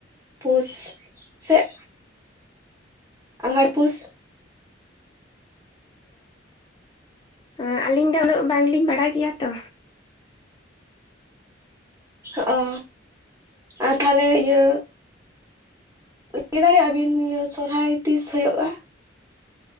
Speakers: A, on the right; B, on the left.
A: ᱯᱩᱥ, ᱥᱮᱜ ᱟᱸᱜᱷᱟᱲ ᱯᱩᱥ᱾
B: ᱚ ᱟᱹᱞᱤᱧ ᱫᱚ ᱩᱱᱟᱹᱜ, ᱵᱟᱝᱞᱤᱧ ᱵᱟᱲᱟᱭ ᱜᱮᱭᱟ ᱛᱚ,
A: ᱦᱚ ᱟᱨ ᱛᱟᱦᱚᱞᱮ ᱤᱭᱟᱹ, <inaudible> ᱞᱟᱹᱭ ᱫᱟᱲᱮᱭᱟᱜᱼᱟ ᱵᱤᱱ, ᱥᱚᱨᱦᱟᱭ ᱛᱤᱥ ᱦᱳᱭᱳᱜᱼᱟ?